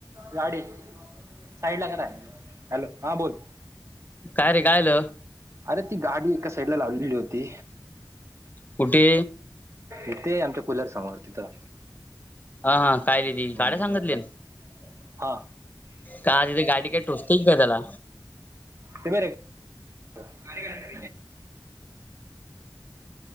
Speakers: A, on the right; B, on the left.
A: गाडी साईड ला करा हॅलो हा बोल.
B: काय रे कायलं.
A: अरे ती गाडी एका साईड ला लावलेली होती.
B: कुठे
A: इथे आमच्या कुल्यार समोर तिथं.
B: अ हा काय र ती
A: हम्म.
B: काड्या सांगतले.
A: हा.
B: का तिथे गाडी काही टोचतेय काय त्याला
A: ते बरंय <unintelligible>